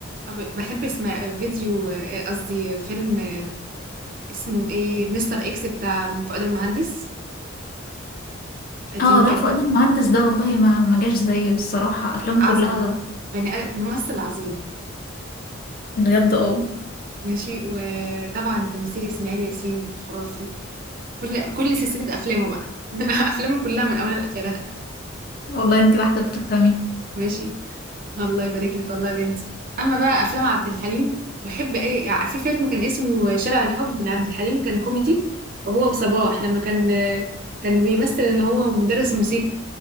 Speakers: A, on the right (about 40°); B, on the left (about 45°).
A: ب- بحب اسمع فيديو آه، قصدي فيلم آه، اسمه ايه مستر اكس بتاع فؤاد المهندس قديم
B: اه لا
A: جدا
B: فؤاد المهندس ده والله ما ما جاش زيه الصراحة أفلامه
A: عظمة
B: كلها
A: بني آد- ممثل عظيم
B: بجد اه
A: ماشي وطبعا تمثيل اسماعيل ياسين خرافي كل كل سلسلة أفلامه بقى <laughs> أفلامه كلها من أولها لآخرها
B: والله انتي واحدة بتفهمي
A: ماشي الله يبارك لك والله يا بنتي أما بقى أفلام عبد الحليم بحب إيه يعني في فيلم كان اسمه شارع الحب لعبد الحليم كان كوميدي وهو وصباح لما كان آه، كان بيمثل إن هو مدرس موسيقى